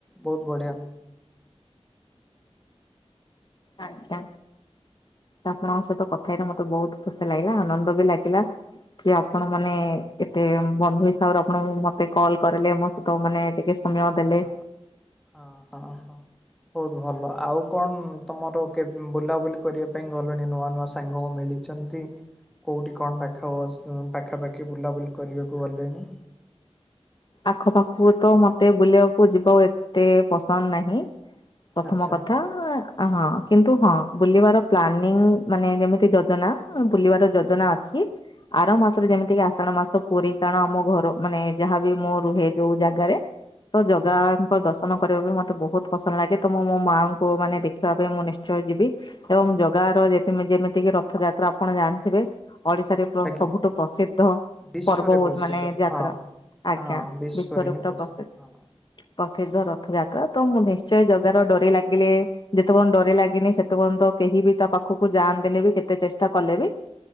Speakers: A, in the centre; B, on the left.
A: ବହୁତ ବଢ଼ିଆ।
B: ଆଜ୍ଞା। ଆପଣଙ୍କ ସହିତ କଥାହେଇଥା ମତେ ବହୁତ ଖୁସି ଲାଗିଲା ଆନନ୍ଦ ବି ଲାଗିଲା। କି ଆପଣ ମାନେ ଏତେ ବନ୍ଧୁ ହିସାବରେ ଆପଣ ମତେ କଲ୍ କରିଲେ। ତ ମାନେ ଟିକେ ସମୟ ଦେଲେ
A: ହଁ ହଁ ହ ହଁ। ବହୁତ ଭଲ ଆଉ କଣ ତମର କେ ବୁଲାବୁଲି କରିବା ପାଇଁ ଗଲେଣି ନୂଆ ନୂଆ ସାଙ୍ଗ ମିଳିଛି। ସେମନ୍ତି କୋଉଠି କଣ ପାଖ ପାଖାପାଖି ବୁଲାବୁଲି କରିବାକୁ ଗଲେଣି?
B: ଆଖ ପାଖୁକୁ ତ ମତେ ବୁଲିବାକୁ ଯିବାକୁ ଏତେ ପସନ୍ଦ ନାହିଁ। ପ୍ରଥମ
A: ଆଚ୍ଛା।
B: କଥା ହଁ କିନ୍ତୁ ହଁ ବୁଲିବାର ପ୍ଲାନିଂ ମାନେ ଯେମିତି ଯୋଜନା। ବୁଲିବାର ଯୋଜନା
A: ହଁ
B: ଅଛି ଆର ମାସରେ
A: ହଁ
B: ଯେମିତିକ ଆଷାଢ ମାସ। <unintelligible> ଆମ ଘର ମାନେ ଯାହାବି ମୁଁ ରୁହେ ଯୋଉ ଜାଗାରେ ତ ଜଗାଙ୍କ
A: ହଁ
B: ଦଶ ନ କରିବା ପାଇଁ ମତେ ବହୁତ ପସନ୍ଦ ଲାଗେ ତ ମୁଁ ମୋ ମାଆଙ୍କୁ ମାନେ ଦେଖିବା ପାଇଁ ମୁଁ ନିଶ୍ଚୟ ଯିବି। ଏବଂ ଜଗା ର ଯେ ଯେମିତି କିି ରଥ ଯାତ୍ରା ଆପଣ ଜାଣିଥିବେ ଓଡ଼ିଶା ରେ
A: ଆଜ୍ଞା
B: ସବୁଠୁ ପ୍ରସିଦ୍ଧ
A: ବିଶ୍ଵରେ
B: ପର୍ବ ହଉଚି
A: ପ୍ରସିଦ୍ଧ
B: ମାନେ ଯାତ୍ରା
A: ହଁ।
B: ଆଜ୍ଞା
A: ହଁ
B: ବିଶ୍ଵରେ
A: ହିଁ
B: ପୁରା ପ୍ରସିଦ୍ଧ।
A: ହଁ
B: ପ୍ରସିଦ୍ଧ ରଥଯାତ୍ରା ତ ମୁଁ ନିଶ୍ଚୟ ଜଗାର ଡୋରି ଲାଗିଲେ ଯେତେବେର୍ଯ୍ୟନ୍ତ ଡୋରି ଲାଗିନି ସେତେ ପର୍ଯ୍ୟନ୍ତ ତ କେହି ବି ତା ପାଖକୁ ଯାଆନ୍ତିନି ବି କେତେ ଚେଷ୍ଟା କଲେ ବି